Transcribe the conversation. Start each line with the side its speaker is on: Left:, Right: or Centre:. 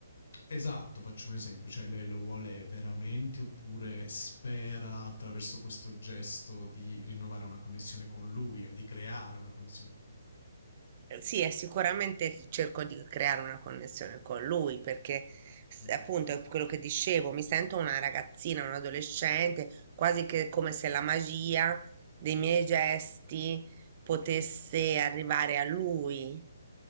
Left: Esatto, faccio un esempio, cioè lei lo vuole veramente oppure spera attraverso questo gesto di rinnovare una connessione con lui o di creare una connessione con lui.
Right: Eh, Sì, e sicuramente cerco di creare una connessione con lui perché s-
Left: Mm,
Right: appunto è quello che dicevo, mi sento una ragazzina, un adolescente, quasi che come se la magia dei miei gesti potesse arrivare a lui.